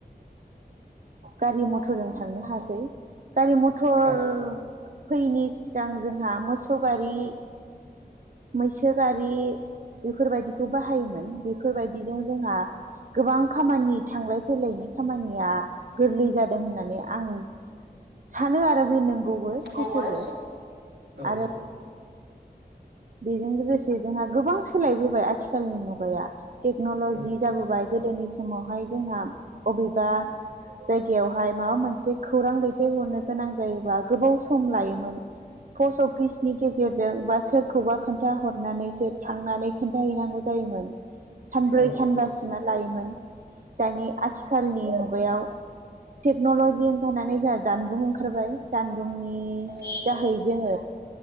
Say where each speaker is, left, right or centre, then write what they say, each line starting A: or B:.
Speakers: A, on the right (about 55°); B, on the right (about 85°).
A: गारि मथरजों थांनो हासै गारि मथर
B: थार
A: फैयिनि सिगां जोंहा मोसौ गारि मैसो गारि बेफोरबायदिखौ बाहायोमोन बेफोरबायदिजों जोंहा गोबां खामानि थांलाय फैलायनि खामानि गोरलै जादों होननानै आं सानोआरो बे नंगौबो सैथोबो
B: गौबो औ औ
A: आरो बेजों लोगोसे जोंहा गोबां सोलायबोबाय आथिखालनि मुगाया टेक्नलजि
B: औ
A: जाबोबाय गोदोनि समावहाय जोंहा अबेबा जायगायावहाय माबा मोनसे खौरां दैथायहरनो गोनां जायोबा गोबाव स सम लायोमोन पस अफिसनि गेजेरजों बास सोरखौबा खोन खिथा हरनानैसो थांनानै खोन्थाहैनांगौ जायोमोन सानब्रै
B: औ
A: सानबासिमा लायोमोन दानि आथिखालनि मुगायाव टेक्नलजि ओंखारनानै जा जानबुं ओंखारबाय जानबुंनि
B: उम
A: जाहै जोङो